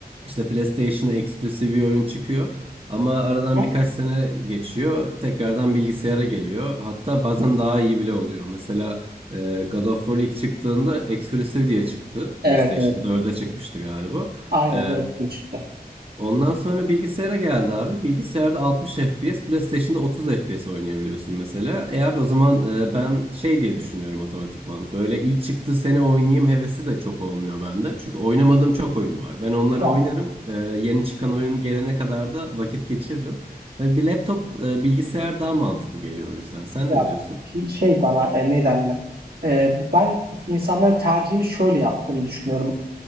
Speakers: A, on the right; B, on the right.
A: işte PlayStation'a eksklusif bir oyun çıkıyor. Ama aradan
B: Hı hı.
A: birkaç sene geçiyor. Tekrardan bilgisayara geliyor. Hatta bazen daha iyi bile oluyor. Mesela e, God of War ilk çıktığında Exclusive diye çıktı.
B: Evet
A: PlayStation
B: evet.
A: 4'e çıkmıştı galiba.
B: Aynen
A: E,
B: dört 2 çıktı.
A: Ondan sonra bilgisayara geldi abi. Bilgisayarda 60 FPS, PlayStation'da 30 FPS oynayabiliyorsun mesela. E abi o zaman e, ben şey diye düşünüyorum otomatikman. Böyle ilk çıktığı sene oynayayım hevesi de çok olmuyor bende. Çünkü oynamadığım çok oyun var. Ben onları
B: Ya,
A: oynarım. E, yeni çıkan oyun gelene kadar da vakit geçiririm. Yani bir laptop, e, bilgisayar daha mantıklı geliyor o yüzden. Sen
B: ya
A: ne diyorsun?
B: pi- şey bana e, ne derler? E, bu- ben insanların tercihini şöyle yaptığını düşünüyorum.